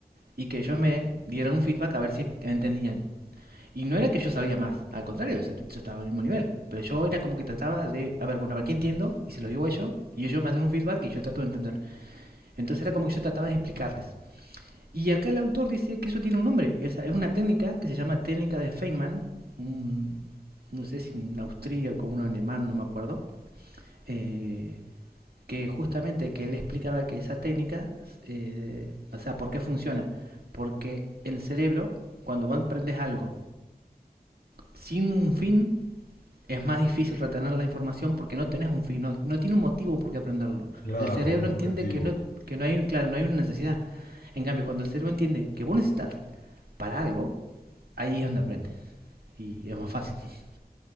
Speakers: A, on the right (about 85°); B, on the left (about 80°).
A: y que ellos me dieran un feedback a ver si entendían. Y no era que yo sabía más, al contrario, yo, yo estaba en el mismo nivel. Pero yo era como que trataba de, a ver, bueno, a ver qué entiendo, y se los digo a ellos, y ellos me hacen un feedback y yo trato de entender. Entonces era como que yo trataba de explicarles. Y acá el autor dice que eso tiene un nombre, es, es una técnica que se llama técnica de Feynman, un, no sé si un austríaco o un alemán, no me acuerdo, eh, que justamente que él explicaba que esa técnica, eh, o sea, ¿por qué funciona? Porque el cerebro, cuando vos aprendes algo sin un fin, es más difícil retener la información porque no tenés un fin, no, no tiene un motivo por qué aprenderlo.
B: claro,
A: El cerebro
B: un
A: entiende
B: objetivo.
A: que no, que no hay un, claro, no hay una necesidad. En cambio, cuando el cerebro entiende que vos necesitas para algo, ahí es donde aprendes. Y es más fácil. <laughs>